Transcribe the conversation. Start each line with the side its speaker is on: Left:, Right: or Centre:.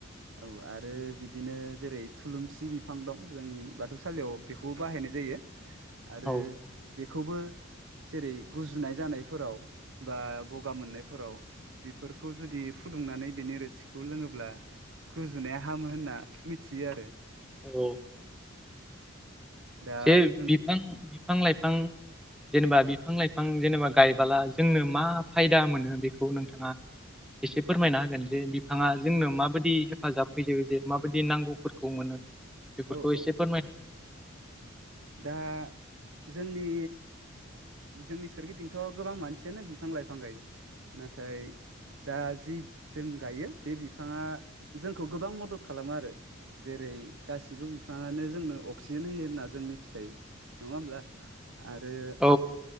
Right: औ आरो बिदिनो जेरै थुलुंसि बिफां दं जोंनि बाथौसालियाव बेखौबो बाहायनाय जायो। आरो
Centre: औ
Right: बेखौबो जेरै गुजुनाय जानायफोराव बा गगा मोननायफोराव बेफोरखौ जुदि बे फुदुंनानै बेनि रोसिखौ लोंङोब्ला गुजुनाया हामो होनना मिथियो आरो
Centre: औ
Right: दा
Centre: जे
Right: नों
Centre: बिफां बिफां लाइफां जेनेबा बिफां लाइफां -फां जेनेबा गायबाला जोंनो मा फायदा मोनो बेखौ नोंथांङा एसे फोरमायना होगोन जे बिफांङा जोंनो माबायदि हेफाजाब होयो जे माबायदि नांगौफोरखौ मोनो बेफोरखौ
Right: औ औ
Centre: एसे फोमाय
Right: दा जोंनि जोंनि सोरगिदिंथ' गोबां मानसियानो बिफां लाइफां गायो नाथाय दा जि जों गायो बे बिफांङा जोंखौ गोबां मदद खालामो आरो जेरै गासिबो बिफांङानो जोंनो अक्सिजेन होयो होनना जों मि मिथिखायो नंङा होमब्ला आरो
Centre: औ